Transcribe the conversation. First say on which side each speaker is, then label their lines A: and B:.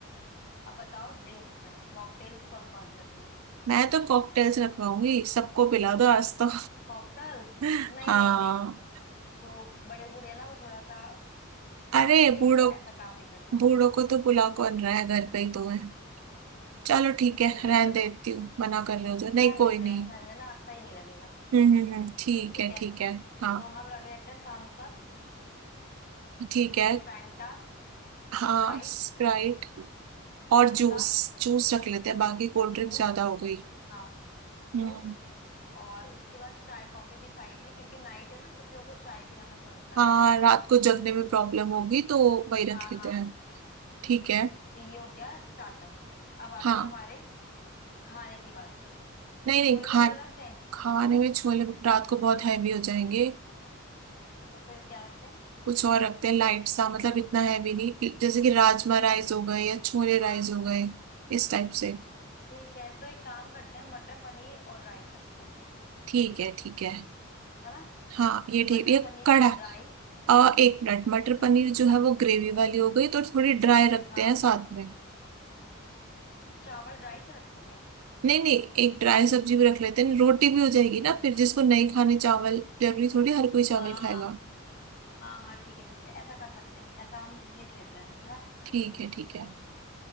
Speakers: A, on the left; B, on the right.
A: अब बताओ ड्रिंक्स में मॉकटेल्स कौन कौन सी रखनी है
B: मैं तो कॉकटेल्स रखवाऊंगी सबको पिला दो आज तो
A: कॉकटेल्स
B: <laughs>
A: नहीं
B: हाँ
A: नहीं नहीं जो बड़े बूढ़े हैं ना वो थोड़ा सा गुस्सा
B: अरे
A: करेंगे
B: बूढ़ों
A: तो ऐसा काम नहीं करना
B: बूढ़ों को तो बुला कौन रहा है घर पे ही तो है चलो ठीक है
A: ठीक
B: रहने
A: है चलो
B: देती हूँ मना कर रहे हो तो
A: रहन
B: नहीं कोई
A: देते
B: नहीं
A: हैं घर में ना सही नहीं लगेगा
B: हम्म हम्म हम्म, ठीक
A: ठीक
B: है
A: है
B: ठीक है हाँ
A: तो हम रख लेते हैं Thums Up
B: ठीक है
A: Fanta
B: हाँ
A: Sprite
B: स्प्राइट और
A: Limca
B: जूस जूस रख लेते हैं बाकी कोल्ड
A: juice
B: ड्रिंक ज्यादा हो गई
A: हाँ जूस
B: हम्म
A: और उसके बाद चाय कॉफी भी साइड में क्योंकि नाइट है ना कुछ लोगों को चाय पीना पसंद होता है
B: हाँ
A: रात में
B: रात को जगने में प्रॉब्लम होगी तो वही रख
A: हाँ
B: लेते
A: हाँ
B: हैं ठीक है
A: तो ये हो गया स्टार्टर अब आते
B: हाँ
A: हैं हमारे खाने की बात पे
B: नहीं
A: छोले
B: नहीं खा
A: भटूरे रख दें
B: खाने में छोले रात को बहुत हैवी हो जाएंगे
A: तो फिर क्या रखें
B: कुछ और रखते हैं लाइट सा मतलब इतना हैवी नहीं जैसे कि राजमा राइस हो गए या छोले
A: हाँ
B: राइस हो गए इस टाइप से
A: ठीक है तो एक काम करते हैं मटर पनीर और राइस रखते हैं
B: ठीक है ठीक है
A: है ना
B: हाँ ये ठीक
A: मटर
B: ये
A: पनीर
B: कड़ा
A: राइस
B: आ, एक मिनट मटर पनीर जो है वो ग्रेवी वाली हो गई तो थोड़ी ड्राई रखते
A: हाँ
B: हैं साथ में
A: तो चावल राइस रखोगे
B: नहीं नहीं एक ड्राई सब्जी भी रख लेते हैं रोटी भी हो जाएगी ना फिर जिसको नहीं खाने चावल जरूरी थोड़ी हर कोई चावल
A: हाँ
B: खाएगा
A: हाँ हाँ हाँ ठीक है ठीक है ऐसा कर सकते हैं ऐसा हम लिख लेते हैं है ना
B: ठीक है ठीक है